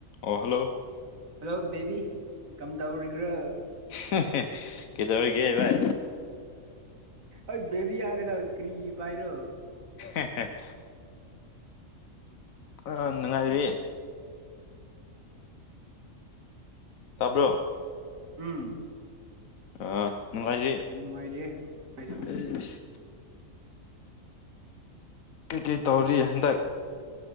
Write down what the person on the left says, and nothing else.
ꯑꯣ ꯍꯜꯂꯣ
ꯍꯦ ꯍꯦ ꯀꯩꯗꯧꯔꯤꯒꯦ ꯚꯥꯏ
ꯍꯦꯍꯦ ꯑꯥ ꯅꯨꯡꯉꯥꯏꯔꯤ ꯇꯥꯕ꯭ꯔꯣ
ꯑꯥ ꯅꯨꯡꯉꯥꯏꯔꯤ
ꯑꯩꯁ ꯀꯩ ꯀꯩ ꯇꯧꯔꯤ ꯍꯟꯗꯛ